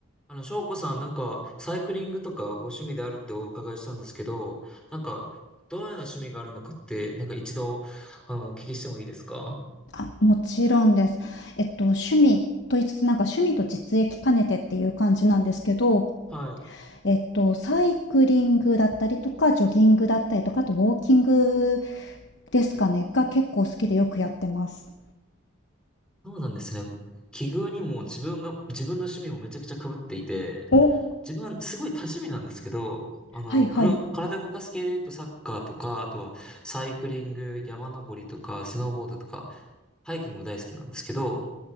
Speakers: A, in the centre; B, on the left.
A: あの、翔子さん、なんか、サイクリングとかご趣味であるってお伺いしたんですけど、なんか、どのような趣味があるのかって、なんか一度、あの、お聞きしてもいいですか
B: あ、もちろんです。えっと、趣味と言いつつ、なんか趣味と実益兼ねてっていう感じなんですけど、
A: はい。
B: えっと、サイクリングだったりとか、ジョギングだったりとか、あとウォーキングですかね、
A: え
B: が結構好きでよくやってます。
A: そうなんですね。奇遇にも自分が、自分の趣味もめちゃくちゃ被っていて、
B: お、
A: 自分、すごい多趣味なんですけど、あの、
B: はいはい。
A: 黒体動かす系で言うとサッカーとか、あとはサイクリング、山登りとか、スノーボードとか、ハイキングも大好きなんですけど、